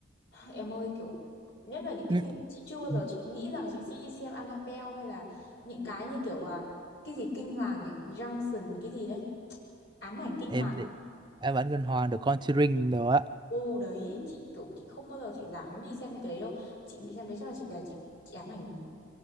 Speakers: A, on the left (about 55°); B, on the right (about 20°).
A: <laughs> <sighs> em ơi kiểu nhất là những cái
B: ừm,
A: phim chị chưa bao giờ
B: ừm,
A: chị nghĩ rằng chị sẽ đi xem Annabelle hay là những cái như kiểu à, cái gì kinh hoàng nhỉ Junction cái gì đấy ám ảnh kinh
B: em
A: hoàng
B: thì
A: à?
B: ám ảnh kinh hoàng The Conjuring nữa
A: ô đấy chị kiểu chị không bao giờ chị dám đi xem những cái đấy đâu chị đi xem đấy chắc là chị về chị chị ám ảnh